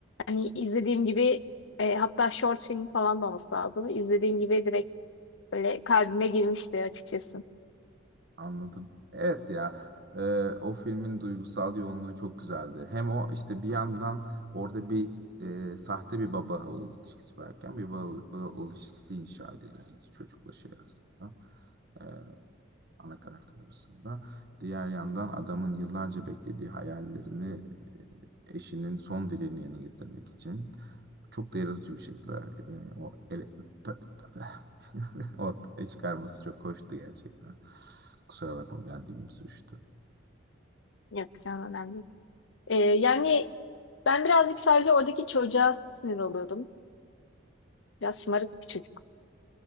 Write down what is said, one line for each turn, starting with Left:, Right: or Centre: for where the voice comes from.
Left: Hani izlediğim gibi e, hatta short film falan da olması lazım. İzlediğim gibi direkt böyle kalbime girmişti açıkçası.
Right: Anladım. Evet ya. e, o filmin duygusal yoğunluğu çok güzeldi. Hem o işte bir yandan orada bir e, sahte bir baba oğul ilişkisi varken bir baba, baba oğul ilişkisi inşa ediliyor yani çocukla şey arasında. e, ana karakter arasında. Diğer yandan adamın yıllarca beklediği hayallerini e, eşinin son dileğini yerine getirmek için çok da yaratıcı bir şekilde yani o ele, <laughs> ortaya çıkarması çok hoştu gerçekten. Kusura bakma ben dilim sürçtü.
Left: Yapacağım önemli değil. Ee, yani ben birazcık sadece oradaki çocuğa sinir oluyordum. Biraz şımarık bir çocuk.